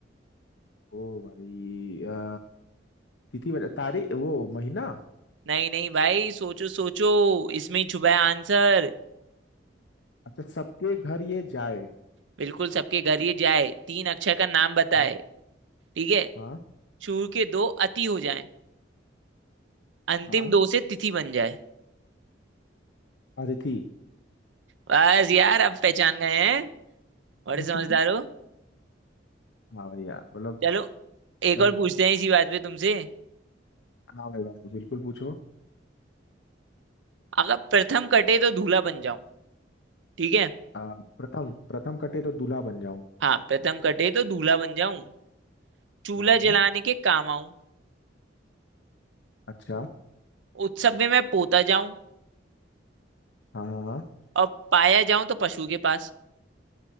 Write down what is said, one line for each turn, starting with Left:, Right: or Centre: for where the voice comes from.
Left: ओ भाई आ, तिथि बता- तारीख वो महीना
Right: नहीं नहीं भाई सोचो सोचो इसमें ही छुपा है आंसर
Left: अच्छा सबके घर ये जाए
Right: बिल्कुल सबके घर ये जाए तीन अक्षर का नाम बताए
Left: हाँ
Right: ठीक है
Left: हाँ
Right: शुरू के दो अति हो जाएं अंतिम
Left: हाँ
Right: दो से तिथि बन जाए
Left: अतिथि
Right: बस यार अब पहचान गए हैं बड़े
Left: <laughs>
Right: समझदार हो
Left: हाँ भैया मतलब
Right: चलो एक
Left: बन-
Right: और पूछते हैं इसी बात पे तुमसे
Left: हाँ भाई भाई बिल्कुल पूछो
Right: अगर प्रथम कटे तो दूल्हा बन जाऊं ठीक है
Left: आ, प्रथम प्रथम कटे तो दूल्हा बन जाऊं
Right: हाँ प्रथम कटे तो दूल्हा बन जाऊं चूल्हा
Left: हाँ हाँ
Right: जलाने के काम आऊं
Left: अच्छा
Right: उत्सव में मैं पोता जाऊं
Left: हाँ हाँ हाँ
Right: और पाया जाऊं तो पशु के पास